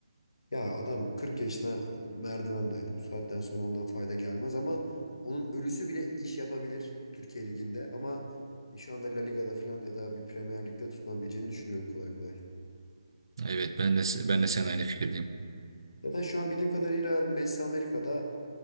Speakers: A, on the left; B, on the right.
A: Ya adam 40 yaşına merdiven merdivendaydı. Bu saatten sonra ondan fayda gelmez ama onun ölüsü bile iş yapabilir Türkiye Ligi'nde ama e, şu anda La Liga'da falan ya da bir Premier Lig'de tutunabileceğini düşünmüyorum kolay kolay.
B: Evet ben de ben de sen aynı fikirdeyim.
A: Zaten şu an bildiğim kadarıyla Messi Amerika'da,